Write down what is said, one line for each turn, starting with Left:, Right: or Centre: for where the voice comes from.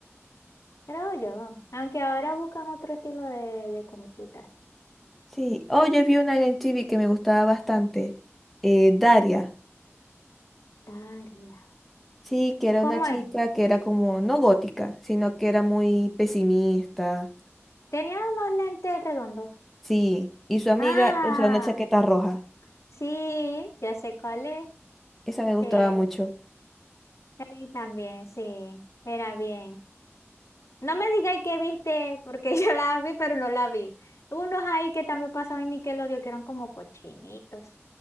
Left: Creo yo. Aunque ahora buscan otro estilo de, de comiquitas.
Centre: Sí. Oh, yo vi una en TV que me gustaba bastante. eh, Daria.
Left: Daria.
Centre: Sí, que era
Left: ¿Cómo
Centre: una chica
Left: es?
Centre: que era como, no gótica, sino que era muy pesimista.
Left: Tenía unos lentes redondos.
Centre: Sí, y su amiga
Left: Ah,
Centre: usa una chaqueta roja.
Left: sí, ya sé cuál es.
Centre: Esa me gustaba
Left: Sí,
Centre: mucho.
Left: sí, también, sí. Era bien. No me digáis que viste, porque <laughs> yo la vi, pero no la vi. Unos ahí que también pasaban en Nickelodeon, que eran como cochinitos.